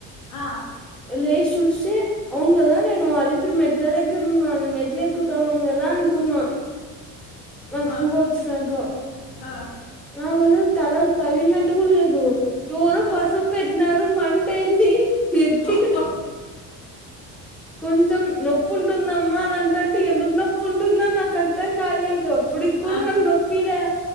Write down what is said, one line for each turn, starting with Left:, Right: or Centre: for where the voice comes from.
Left: ఆ
Centre: లేస్ చూస్తే అవును కదా నేను అలిపిరి మెట్ల దగ్గర ఉన్నా నేన్ మెట్లు ఎక్కుతన్న కదా అనుకున్నా నాకు
Left: ఆ!
Centre: సుగ వచ్చినాక
Left: ఆ!
Centre: నాగైదె తల తగిలినట్టు కూడా లేదు ఎవరో
Left: ఆ!
Centre: పసుపు పెట్టినర్ మంటేంది గట్టిగ
Left: అబ్బా!
Centre: కొంచెం నొప్పి ఉంటుందమ్మా అని అంటంటే ఎందుకు నొప్పి ఉంట్ ఉందని నాకార్థం కాలేదు ఇప్పటికూడా
Left: ఆ!
Centre: నాక్ నొప్పీలా